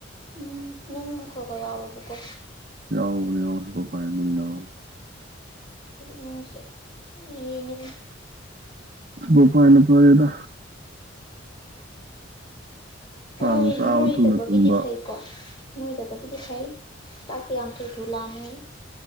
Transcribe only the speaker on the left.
ꯎꯝ ꯅꯅꯨꯡ ꯀꯒ ꯌꯥꯎꯦꯕꯀꯣ
ꯅꯅꯁꯦ ꯏꯉꯕꯟ
ꯅꯣꯏ
ꯅꯣꯏ
ꯏꯗꯕꯒꯤꯗꯤ
ꯐꯩꯀꯣ ꯅꯣꯏꯗꯕꯒꯤꯗꯤ ꯐꯩ ꯆꯥꯛꯇ ꯌꯥꯝ ꯊꯨ ꯊꯨ ꯂꯥꯑꯝꯃꯦ